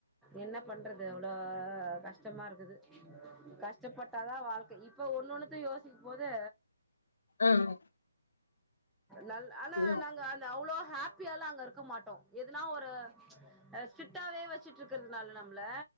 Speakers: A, in the centre; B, on the left.
A: என்ன பண்றது எ்வளவு கஷ்டமா இருக்குது கஷ்டப்பட்டு ட்டா தா வாழ்க்க இப்ப ஒன்னொண்ணுத்த யோசிக்கும் போது
B: ஆ அ
A: நல் ஆனா
B: ம்
A: நாங்க அவ்ளோ ஹேப்பியால அங்க இருக்க மாட்டோ எதுனா ஒரு ஸ்ட்ரீட்டாவே வச்சுட்டு இருக்கிறதுனால நம்மள